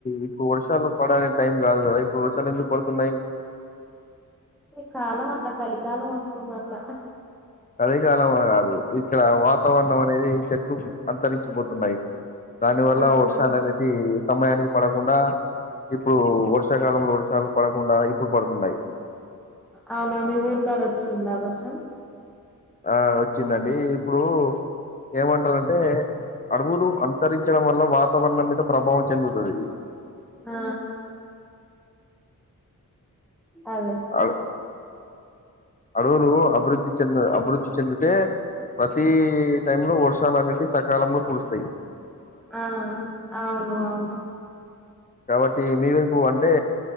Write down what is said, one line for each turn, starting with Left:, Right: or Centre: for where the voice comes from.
Left: ఇప్పుడు వర్షాలు పడాల టైమ్ కాదు కదా ఇప్పుడు వర్షాలు ఎందుకు పడుతున్నాయి
Centre: ఈ కాలం అట్లా కలికాలం వస్తుంది అట్లా
Left: కలికాలమా కాదు ఇక్కడ వాతావరణం అనేది చెట్లు అంతరించిపోతున్నాయి దాని వల్ల
Centre: ఆహా
Left: వర్షాలు అనేది సమయానికి పడకుండా ఇప్పుడు వర్షాకాలంంలో వర్షాలు పడకుండా ఇప్పుడు పడుతున్నాయి
Centre: అవునా మీ ఊరు కాడ వచ్చింద వర్షం
Left: ఆ వచ్చిందండి ఇప్పుడు ఏమంటారంటే అడవులు అంతరించడం వల్ల వాతావరణం మీద ప్రభావం చెందుతుంది
Centre: ఆ అదే
Left: అడ అడవులు అభివృద్ధి చెంద అభివృద్ధి చెందితే ప్రతి టైమ్ లో వర్షాలు అనేటి సకాలంలో కురు స్తాయి
Centre: ఆ అవును అవును
Left: కాబట్టి మీవే అంటే